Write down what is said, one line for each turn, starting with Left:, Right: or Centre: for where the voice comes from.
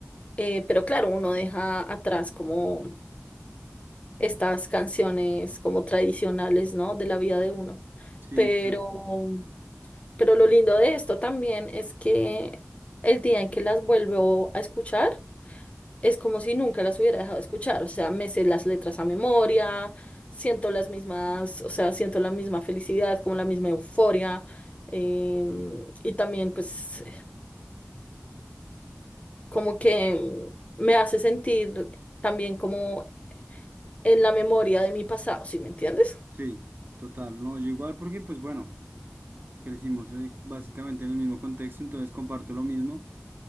Left: eh, pero claro, uno deja atrás como estas canciones como tradicionales, ¿no? De la vida de uno.
Right: sí,
Left: Pero
Right: exacto.
Left: Pero lo lindo de esto también es que el día en que las vuelvo a escuchar es como si nunca las hubiera dejado de escuchar. O sea, me sé las letras a memoria, siento las mismas, o sea, siento la misma felicidad, como la misma euforia. em, y también pues como que me hace sentir también como en la memoria de mi pasado, ¿sí me entiendes?
Right: Sí, total. No, yo igual porque, pues bueno, crecimos eh, básicamente en el mismo contexto, entonces comparto lo mismo.